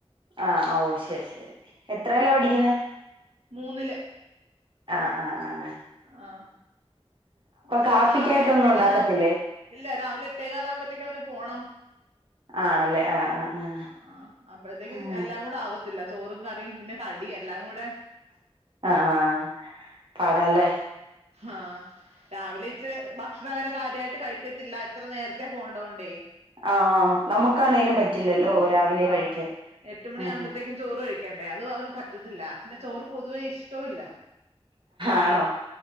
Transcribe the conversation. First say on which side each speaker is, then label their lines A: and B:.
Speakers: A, on the right (about 50°); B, on the right (about 80°).
A: ആഹ ഓ ശരി ശരി എത്രയല്ല പഠിക്കുന്ന
B: മൂന്നില്
A: ആഹ് ആഹ് ആഹ്
B: ആഹ അപ്പൊ
A: കാപ്പിക്കായിട്ടൊന്നും
B: രാവിലെ എട്ടേകാലം
A: ഉണ്ടാക്കത്തില്ലേ
B: ഇല്ല രാവിലെ എട്ടേകാല ആകുമ്പോത്തേക്ക അവന് പോണം
A: ആണല്ലേ ആഹ് ആഹ്
B: ആ ആ അപ്പഴത്തേക്കും
A: ആഹ്
B: എല്ലാം കൂടെ ആവ ചോറും കറിയും പിന്നെ കടിയും എല്ലാം കൂടെ
A: ആഹ പാടല്ലേ
B: ആഹ രാവിലെ ഇച്ചി ഭക്ഷണംങ്ങനെ കാര്യായിട്ട് കഴിക്കത്തില്ല എത്ര നേരത്തെ പോകണ്ടത തോണ്ടേ
A: ആഹ നമ്മുക്കാണേങ്കലും പറ്റില്ലല്ലോ രാവിലെ
B: ആഹ്
A: കഴിക്കാൻ
B: എട്ട് മണിയാകുമ്പോഴത്തേക്കും
A: ആ ഹ
B: ചോറ് കഴിക്കണ്ടേ അത് അവന് പറ്റത്തില്ല പിന്നെ ചോർ പൊതുവേ ഇഷ്ടവല്ല
A: ആണോ